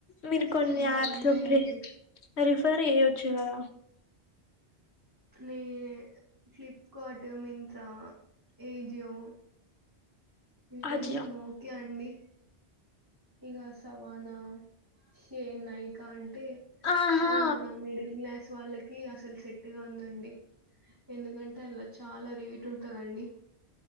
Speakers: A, on the left (about 75°); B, on the right (about 20°).
A: మీరు కొన్ని
B: బావుంటాయండి.
A: యాప్స్ ప్లీ రిఫర్ ఏయ్యోచ్చు గద
B: మీ ఫ్లిప్కార్ట్, మింత్ర, ఏజియో ఇవి కొంచెం
A: అజియో
B: ఓకే అండి. ఇగా సవానా శే నయికా అంటే.
A: ఆహా
B: అవి మన మిడిల్ క్లాస్ వాళ్ళకి అసలు సెట్ గాన్దండి. ఎందుకంటే ఆళ్ళ చాలా రేట్ ఉంటదండి.